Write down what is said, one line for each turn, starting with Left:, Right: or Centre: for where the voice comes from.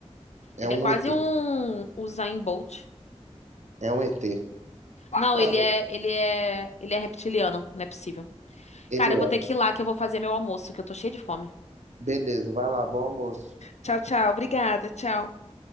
Right: É
Left: Ele
Right: um
Left: é quase
Right: ET.
Left: um Usain Bolt.
Right: É um ET.
Left: Não,
Right: Olha,
Left: ele é, ele é, ele é reptiliano, não é possível.
Right: ele
Left: Cara,
Right: é.
Left: eu vou ter que ir lá que eu vou fazer meu almoço, que eu tô cheia de fome.
Right: Beleza, vai lá, bom almoço.
Left: Tchau, tchau. Obrigada. Tchau.